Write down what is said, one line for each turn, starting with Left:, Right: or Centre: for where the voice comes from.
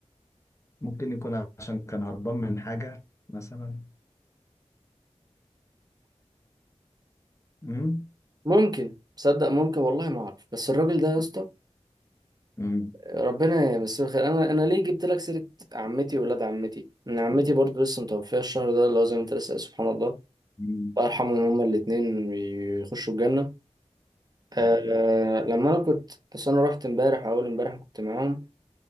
Left: ممكن يكون عشان كان هربان من حاجة مثلا مم؟
Right: ممكن تصدق ممكن والله ما اعرف بس الراجل ده يا اسطى
Left: مم.
Right: ربنا يمسيه الخير انا انا ليه جبت لك سيره عمتي وولاد عمتي ان عمتي برضو لسه متوفيه الشهر ده اللي هو زي ما انت لسه قايل، سبحان الله
Left: مم.
Right: الله يرحمهم هما الاثنين يخشوا الجنه آه
Left: آه.
Right: لما انا كنت بس انا رحت امبارح اول امبارح كنت معاهم